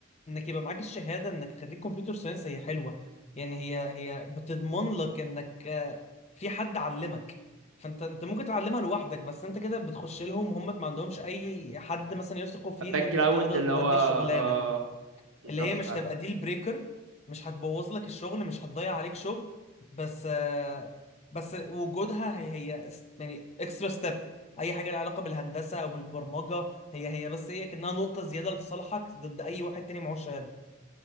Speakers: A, on the left; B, on the right.
A: انك يبقى معاك الشهاده انك خريج كمبيوتر ساينس هي حلوه يعني هي هي بتضمن لك انك آه، في حد علمك فانت انت ممكن تعلمها لوحدك بس انت كده بتخش لهم وهم ما عندهمش اي حد مثلا يثقوا فيه
B: باك
A: ان انت
B: جراوند
A: تقدر
B: اللي
A: تأدي
B: هو
A: الشغلانه
B: آه بالظبط
A: اللي هي مش
B: فعلا
A: تبقى ديل بريكر مش هتبوظ لك الشغل مش هتضيع عليك شغل بس آه، بس وجودها هي هي اس- يعني اكسترا ستيب اي حاجه لها علاقه بالهندسه او بالبرمجه هي هي بس هي كانها نقطه زياده لصالحك ضد اي واحد تاني معهوش شهاده